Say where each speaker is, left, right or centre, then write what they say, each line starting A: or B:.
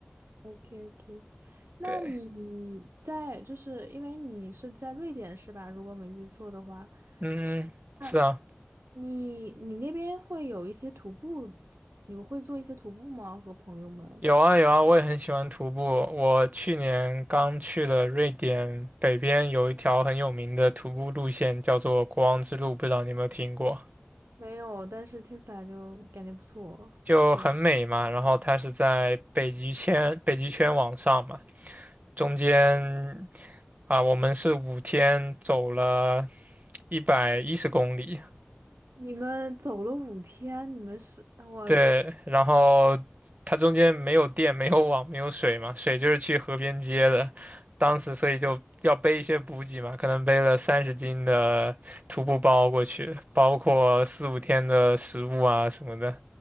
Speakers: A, on the right (about 85°); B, on the right (about 40°).
A: ，OK OK。那你在就是因为你是在瑞典是吧？
B: 对，
A: 如果没记错的话，
B: 嗯，
A: 那
B: 是啊。
A: 你你那边会有一些徒步，你会做一些徒步吗？和朋友们？
B: 有啊有啊，我也很喜欢徒步。我去年刚去了瑞典北边，有一条很有名的徒步路线，叫做国王之路，不知道你有没有听过？
A: 没有，但是听起来就感觉不错的呀。
B: 就很美嘛。然后它是在北极圈北极圈往上嘛，中间啊，我们是五天走了一百一十公里，
A: 你们走了五天，你们是我
B: 对，然后它中间没有电、没有网、没有水嘛，水就是去河边接的。当时所以就要背一些补给嘛，可能背了三十斤的徒步包过去，包括四五天的食物啊什么的，